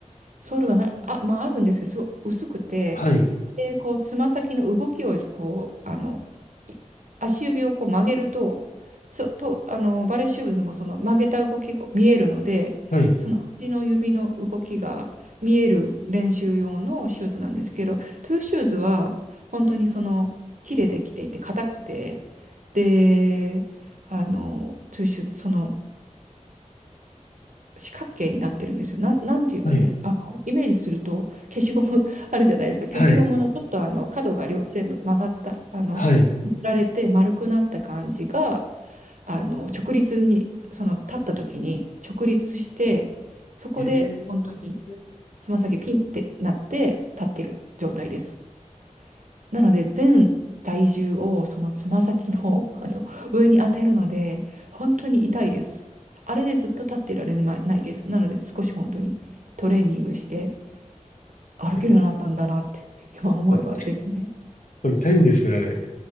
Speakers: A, on the right; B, on the left.
A: ソールがない、あ、まああるんですけど、すごい薄くて、
B: はい、
A: で、こう、つま先の動きを、こう、あの、い足指をこう曲げると、つと、あの、バレーシューズもその曲げた動きが見えるので、
B: はい、
A: その足の指の動きが見える練習用のシューズなんですけど、トゥーシューズは、
B: うん、
A: 本当にその、木でできていて、硬くて、で、あの、トゥーシューズ、その、四角形になってるんですよ。なん、なんて言えばいいの、
B: はい、
A: あの、イメージすると消しゴム <laughs> あるじゃないですか。消しゴムのちょっとあの角が両全部曲がった、
B: はい、
A: あの、
B: はい。
A: 振られて丸くなった感じが、あの、直立に、その立った時に直立して、そこで本当に
B: ええ
A: つま先ピンってなって立ってる状態です。なので、全体重をそのつま先の、<laughs> あの上に当てるので、本当に痛いです。あれでずっと立ってられなないです。なので、少し本当にトレーニングして歩けるようになったんだなって、
B: やっ
A: 今思えばですね。
B: ぱやっぱ痛いんですね、あれ。